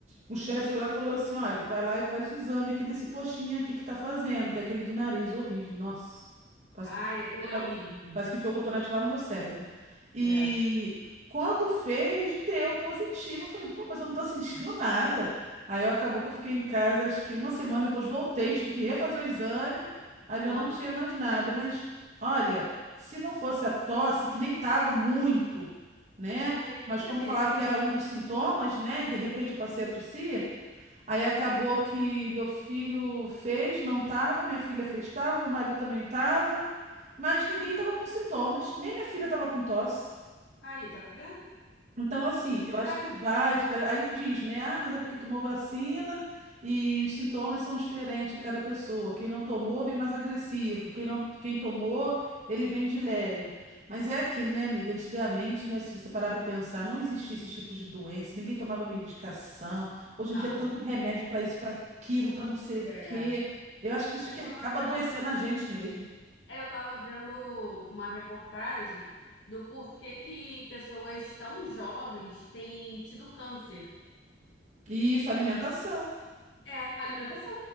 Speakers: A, on the right; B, on the left.
A: O
B: Uhum.
A: chefe lá falou assim: olha, vai lá e faz o exame aqui nesse postinho aqui que tá fazendo, que é aquele do nariz horrível. Nossa, parece
B: Ai,
A: que enfiou,
B: aquilo é
A: né?
B: horrível.
A: Parece que enfiou o cotonete lá no meu cérebro. E
B: É.
A: quando fez, deu positivo. Eu falei: pô, mas eu não tô <laughs> sentindo nada. Aí eu, acabou que eu fiquei em casa, acho que uma semana depois voltei, tive que refazer o exame, aí já
B: Aham.
A: não tinha mais nada. Mas olha, se não fosse a tosse, que nem tava muito, né?
B: Não ia nem
A: Mas como
B: saber.
A: falaram que era um dos sintomas, né? E de repente eu passei a tossir, aí acabou que meu filho fez, não tava, minha filha fez, tava, meu marido também tava, mas ninguém tava com sintomas, nem minha filha tava com tosse.
B: Aí, tá vendo?
A: Então, assim, eu acho
B: Ah,
A: que vai, de cara. Aí diz, né? Ah, mas é porque tomou vacina e os sintomas são diferentes em cada pessoa. Quem não tomou vem mais agressivo. Quem não, quem tomou, ele vem de leve. Mas é aquilo, né, amiga? Antigamente, né, se você parar para pensar, não existia esse tipo de doença, ninguém tomava medicação. Hoje
B: não.
A: em dia, é tanto remédio para isso, para aquilo, para não sei o
B: É.
A: quê. Eu acho que isso
B: Eu
A: que
B: tava
A: acaba
B: vendo,
A: adoecendo a gente mesmo.
B: é, eu tava vendo uma reportagem do porquê que pessoas tão jovens têm tido câncer.
A: E isso, alimentação.
B: É, alimentação.